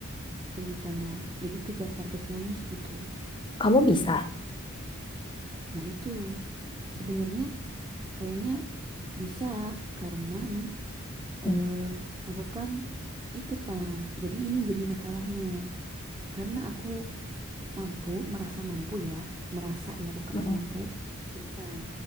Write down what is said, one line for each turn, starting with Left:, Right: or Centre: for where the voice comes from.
Right: ceritanya. Jadi kejar target bonus gitu.
Left: kamu bisa.
Right: Nah, itu sebenarnya kayaknya bisa karena nih
Left: Hmm,
Right: eh aku kan itu tah. Jadi ini jadi masalahnya. Karena aku mampu, merasa mampu ya, merasa ya bukan
Left: mm-mm.
Right: mampu beneran.